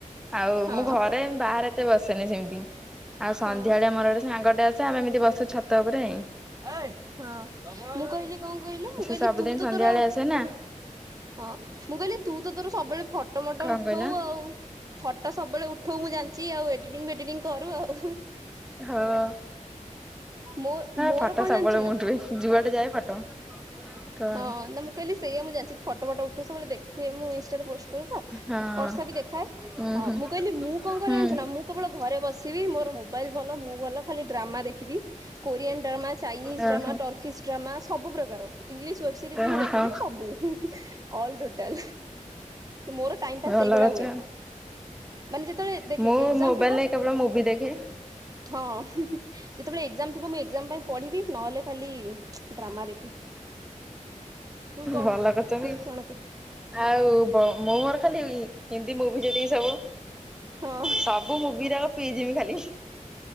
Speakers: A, in the centre; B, on the right (about 25°).
A: ଆଉ
B: ହଁ
A: ମୁଁ ଘରେ ବାହାରେ ଏତେ ବସେନି ସେମତି। ଆଉ ସନ୍ଧ୍ୟାବେଳେ
B: ହଁ।
A: ଆମର ଗୋଟ ସାଙ୍ଗଟେ ଆସେ ଆମେ ଏମିତି ବସୁ ଛାତ ଉପରେଁ।
B: ହଁ ମୁଁ କହିଲି କଣ କହିଲୁ ମୁଁ
A: ସେ
B: କହିଲି
A: ସବୁଦିନ
B: ତୁ ତ
A: ସନ୍ଧ୍ୟାବେଳେ
B: ତୋର ହଁ
A: ଆସେ ନା
B: ମୁଁ କହିଲି ତୁ ତ ତୋର ସବୁବେଳେ ଫଟୋମଟ
A: କଣ
B: ଉଠଉ
A: କହିଲ?
B: ଆଉ। ଫଟୋ ସବୁବେଳେ ଉଠଉ ମୁଁ ଜାଛି ଆଉ ଏଟିଂ ଫେଡିଟିଂ କର ଆଉ।
A: ହଁ
B: ମୋ ମୋର
A: ଫଟୋ
B: କଣ
A: ସବୁବେଳେ
B: ଜାଣିଛୁ
A: ମୁଁ
B: ନା
A: ଉଠୁଏ ଯୁଆଡେ ଯାଏ ଫଟୋ। କଣ
B: ହଁ ନା ମୁଁ କହିଲି ସେଇଆ ମୁଁ ଜାଛିି ଫଟୋ ଫଟ ଉଠ ସବୁବେଳେ ଦେଖୁେ ମୁଁ
A: ହଁ
B: ବର୍ଷା ବି ଦେଖାଏ
A: ଉଁ
B: ହଁ
A: ହୁଁ
B: ମୁଁ କହିଲି ମୁଁ କଣ କରିରେ
A: ହୁଁ
B: ଆଣିଛୁ ନା ମୁଁ କେବଳ ଘରେ ବସି ସିବି ମୋର ମୋବାଇଲ ଭଲ ମୁଁ ଭଲ ଖାଲି ଡ୍ରାମା ଦେଖିବି କୋରିଆନ୍ ଡ୍ରାମା ଚାଇନିଜ
A: ଓହୋ।
B: ଡ୍ରାମା ଟର୍କିଜ ଡ୍ରାମା ସବୁ ପ୍ରକାର ଇଂଲିଶ୍ ୱେବସିରିଜ୍
A: ଓହୋ
B: ମୁଁ ଦେଖେ ମାନେ ସବୁ। ଅଲ୍ ଟୋଟାଲ ମୋର ଟାଇମପାସ୍
A: ଭଲ
B: ସେଇଭଳିଆ
A: କରିଛ
B: ହୁଏ।
A: ଆଉ।
B: ମାନେ ଯେତେବେଳେ ଦେଖେ
A: ମୁଁ
B: ଏଜମ୍
A: ମୋବାଇଲରେ
B: ଥିବ
A: କେବଳ ମୁଭି ଦେଖେ।
B: ହଁ ଯେତେବେଳେ ଏକ୍ଜାମ ଥିବ ମୁଁ ଏକ୍ଜାମ ପାଇଁ ପଢ଼ିବି ନହେଲେ ଖାଲି ଡ୍ରାମା ଦେଖେ। ତୁ କଣ
A: ଭଲ କରିଛନ୍ତି
B: ତୁ କଣ
A: ଆଉ ମୋ ଖାଲି ହିନ୍ଦୀ ମୁଭି ଯେତିକି ସବୁ
B: ହଁ
A: ସବୁ ମୁଭି ଯାଙ୍କ ପିଇଯିବି ଖାଲି।